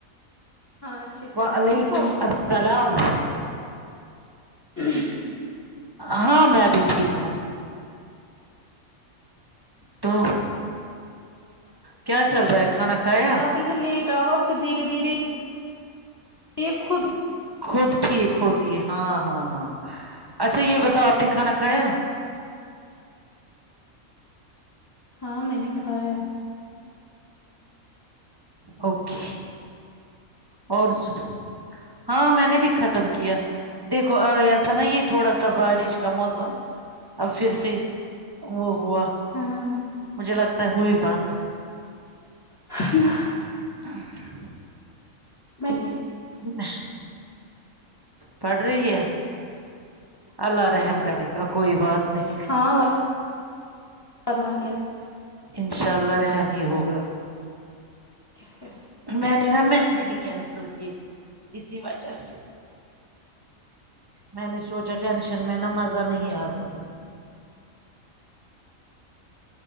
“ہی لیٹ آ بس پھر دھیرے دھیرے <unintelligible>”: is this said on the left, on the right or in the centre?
Left